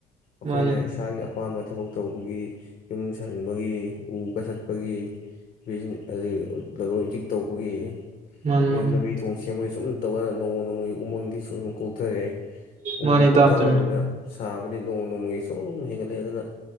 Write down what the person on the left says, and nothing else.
ꯑꯈꯣꯏꯅ
ꯏꯁꯥꯒꯤ ꯑꯄꯥꯝꯕ ꯊꯕꯛ ꯇꯧꯕꯒꯤ ꯌꯨꯝ ꯁꯥꯖꯤꯟꯕꯒꯤ ꯎ ꯀꯊꯠꯄꯒꯤ ꯑꯗꯒꯤ ꯂꯂꯣꯟ ꯏꯇꯤꯛ ꯇꯧꯕꯒꯤ
ꯂꯩ
ꯂꯝꯃꯤ ꯊꯣꯡꯁꯤ ꯁꯦꯝꯕꯒꯤ ꯁꯨꯝ ꯇꯧꯀꯥꯟꯗ ꯅꯣꯡꯃ ꯅꯣꯡꯃꯒꯤ ꯎꯃꯪꯗꯤ ꯁꯨꯝ ꯀꯣꯛꯊꯔꯛꯑꯦ ꯎꯃꯪ
ꯀꯣꯛꯊꯔꯛꯑꯝꯃꯤꯅ
ꯁꯥꯕꯗꯤ ꯅꯣꯡꯃ ꯅꯣꯡꯃꯒꯤ ꯁꯨꯝ ꯍꯦꯟꯒꯠ ꯂꯩ ꯑꯗꯨꯅ